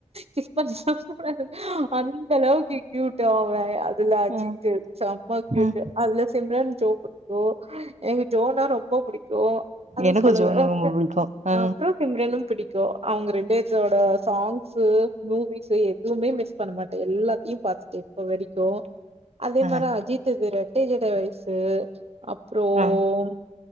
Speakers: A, on the right; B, on the right.
A: கிஸ் <unintelligible> அந்தளவுக்கு க்யூட்டு அவுங்க எ அதுல அஜித்து
B: ம்,
A: செம்ம க்யூட்டு
B: ம்.
A: அதுல சிம்ரன் ஜோ புடிக்கூ எனக்கு ஜோனா ரொம்ப புடிக்கு கு
B: எனக்கும் ஜோன் ரொம்ப
A: <unintelligible>
B: பிடிக்கும். ஆ,
A: அப்றோ சிம்பரனு புடிக்கு பிடிக்கு அவுங்க ரெண்டேதொட சாங் ஸு மூவிஸு எதுமே மிஸ் பண்ணமாட்டே எல்லாத்தியு பாத்துட்டே இப்ப வரிக்கூ அத
B: ஆ,
A: மார அஜித்துது ரெ <unintelligible> வயசு அப்றோம்
B: ஆ.